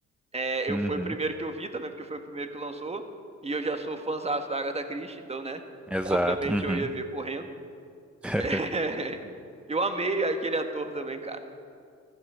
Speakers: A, on the right (about 20°); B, in the centre.
A: É, eu
B: Uhum,
A: foi o primeiro que eu vi também, porque foi o primeiro que lançou. E eu já sou fãzaço da Agatha Christie, então, né?
B: exato.
A: Obviamente
B: Uhum.
A: eu ia ver correndo.
B: <laughs>
A: É. <laughs> Eu amei aquele ator também, cara.